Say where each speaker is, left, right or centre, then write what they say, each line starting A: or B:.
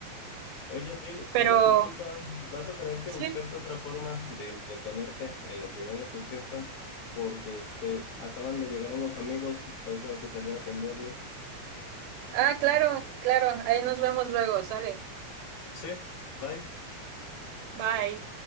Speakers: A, on the left; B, on the right.
A: Oye, Abril,
B: Pero
A: una disculpa, vas a tener que
B: sí.
A: buscarte otra forma de entretenerte en lo que viene tu jefa, porque este, acaban de llegar unos amigos, entonces tengo que salir a atenderlos.
B: Ah, claro, claro. Ahí nos vemos luego. Sale.
A: Sí, bye.
B: Bye.